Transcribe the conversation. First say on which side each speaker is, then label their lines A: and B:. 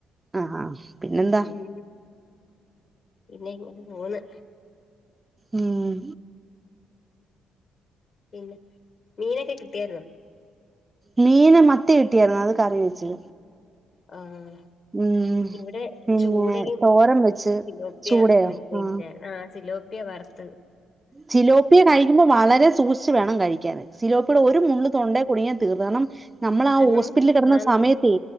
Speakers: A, on the right; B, on the left.
A: ആ ആ പിന്നെന്താ
B: ഉം പിന്നെയിങ്ങനെ പോന്ന്
A: ഉം ഉം
B: പിന്നെ മീനൊക്കെ കിട്ടിയായിരുന്നോ?
A: മീന് മത്തി കിട്ടിയാരുന്നു അത് കറി വെച്ച്.
B: ആഹ്
A: ഉം
B: ഇവിടെ
A: പിന്നെ
B: ചൂടയും
A: തോരൻ വെച്ച്
B: സിലോപ്യ
A: ചൂടയോ
B: <unintelligible>
A: ആ
B: ആഹ് സിലോപ്യ വറത്ത്
A: ചിലോപ്പിയ കഴി ക്കുമ്പോ വളരെ സൂക്ഷിച്ച് വേണം കഴിക്കാന് സിലോപ്പിയേടെ ഒരു മുള്ള് തൊണ്ടേ കുടുങ്ങിയാൽ തീർന്ന് കാരണം നമ്മളാ
B: കാരണം
A: ഹോസ്പിറ്റലിൽ കെടന്ന
B: ആണ്
A: സമയത്തെ